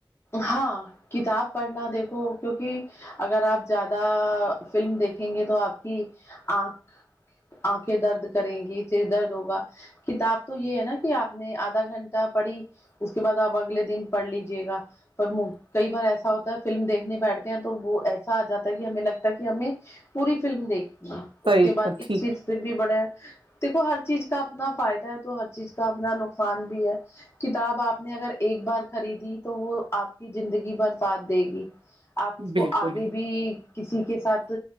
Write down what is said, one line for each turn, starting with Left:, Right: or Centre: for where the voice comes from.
Left: ہاں کتاب پڑھنا دیکھو کیونکہ اگر آپ زیادہ فلم دیکھیں گے تو آپ کی آنکھ آنکھیں درد کریں گی سر درد ہوگا کتاب تو یہ ہے نا کہ آپ نے آدھا گھنٹہ پڑی اس کے بعد آپگ اگلے دن پڑھ لیجیے گا پر کئی بار ایسا ہوتا فلم دیکھنے بیٹھتے ہیں تو وہ ایسا آ جاتا ہے کہ ہمیں لگتا ہے کہ ہمیں پوری فلم دیکھ اس
Right: صحیح
Left: کے بعد
Right: ٹھیک
Left: اس چیز سے بھی بڑا دیکھو ہر چیز کا اپنا فائدہ ہے تو ہر چیز کا اپنا نقصان بھی ہے کتاب آپ نے اگر ایک بار خریدی تو وہ آپ کی زندگی بر سھ دے گی آپ اس
Right: بالکل
Left: کو آگے بھی کسی کے ساتھ